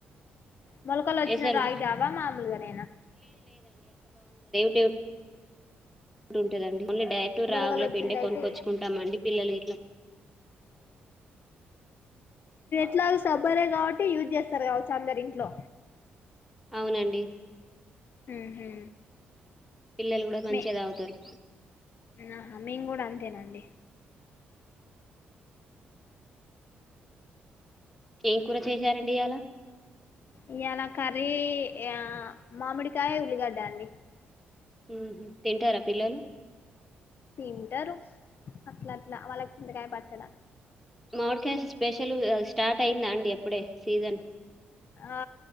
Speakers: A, on the left; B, in the centre.
A: మొలకలు వచ్చిన
B: ఎసలు
A: రాగి జావా మామూలుగానేనా
B: టివ్ డుంటుందండి ఓన్లీ డైరెక్ట్ రాగుల
A: మొలకలు వచ్చింది
B: పిండే
A: అయితే
B: కొనుక్కొచ్చుకుంటామండి పిల్లలు ఇట్లా
A: ఇట్లా సబ్బరే కాబట్టి యూజ్ చేస్తారు కావచ్చు అందరు ఇంట్లో
B: అవునండి
A: ఉహు
B: పిల్లలు కూడా మంచిగా
A: మే
B: తాగుతారు
A: ఆహా మేము కూడా అంతేనండి
B: ఏం కూర చేశారండి అలా
A: ఇ అలా కర్రీ ఆ మామిడికాయ ఉల్లిగడ్డ అండి
B: హుహు. తింటారా పిల్లలు
A: తింటారు అట్ల అట్లా వాళ్ళకి చింతకాయ పచ్చడా
B: మామడికాష స్పెషల్ స్టార్ట్ అయిందా అండి ఎప్పుడే సీజన్
A: ఆ